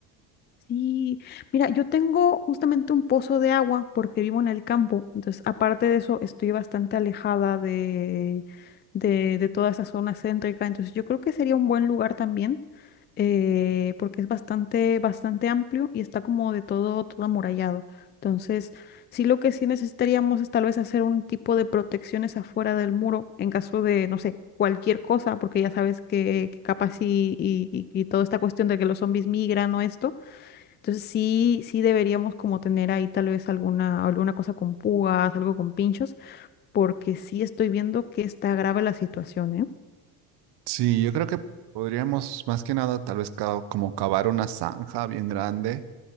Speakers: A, on the left; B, on the right.
A: Sí, mira, yo tengo justamente un pozo de agua porque vivo en el campo, entonces aparte de eso estoy bastante alejada de, de, de toda esa zona céntrica, entonces yo creo que sería un buen lugar también eh, porque es bastante, bastante amplio y está como de todo, todo amurallado. Entonces, sí lo que sí necesitaríamos es tal vez hacer un tipo de protecciones afuera del muro en caso de, no sé, cualquier cosa, porque ya sabes que, que capaz y, y, y y toda esta cuestión de que los zombies migran o esto. Entonces sí, sí deberíamos como tener ahí tal vez alguna, alguna cosa con púas, algo con pinchos, porque sí estoy viendo que está grave la situación, ¿eh?
B: Sí, yo creo que podríamos más que nada tal vez ca- como cavar una zanja bien grande